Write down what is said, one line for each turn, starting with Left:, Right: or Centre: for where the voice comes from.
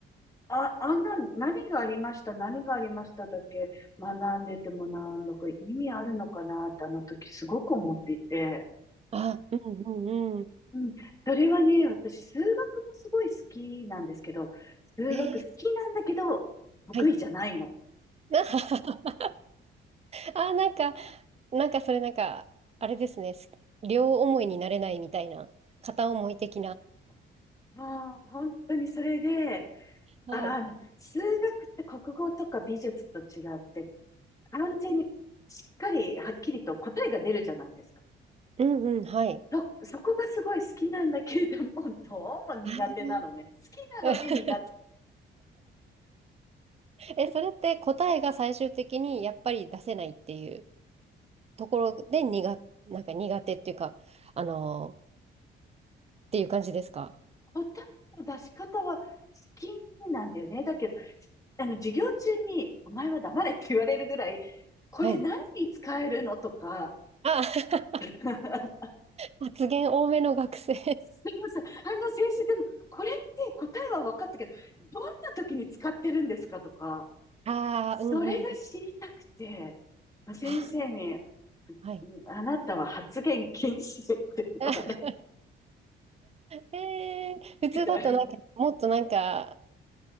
Left: あ、あんな、何がありました、何がありましただけ学んでてもなんだか意味あるのかなってあの時すごく思っていて。
Right: あ、うんうんうん。
Left: うん、それはね、私、数学もすごい好きなんですけど、数学好きなんだけど、
Right: えー
Left: 得意じゃないの。
Right: はい。<laughs> あー、なんか、なんかそれなんか、あれですね。す両思いになれないみたいな、片思い的な。
Left: そうもう、本当にそれで、
Right: はい。
Left: ああの、数学って国語とか美術と違って、完全にしっかり、はっきりと答えが出るじゃないですか。
Right: うんうん、はい。
Left: そ、そこがすごい好きなんだけれども、どうも苦手なのね。
Right: <laughs>
Left: 好きなのに苦手。
Right: あえ、それって答えが最終的にやっぱり出せないっていうところで苦、なんか苦手っていうか、あのーっていう感じですか
Left: 答えの出し方は好きなんだよね。だけど、あの、授業中に、お前は黙れって言われるぐらい、これ何に使えるのとか、
Right: はい。あ、<laughs>
Left: <laughs>
Right: 発言多めの学生
Left: すみません。あの先生、でも、これって答えは分かったけど、どんな時に使ってるんですかとか、
Right: ああ、
Left: それが知りたくて、
Right: うんうん。
Left: 先生に、
Right: あ、はい。
Left: あなたは発言禁止って言われ、
Right: <laughs> えー、普通だとなんか、
Left: みたいな。
Right: もっとなんか、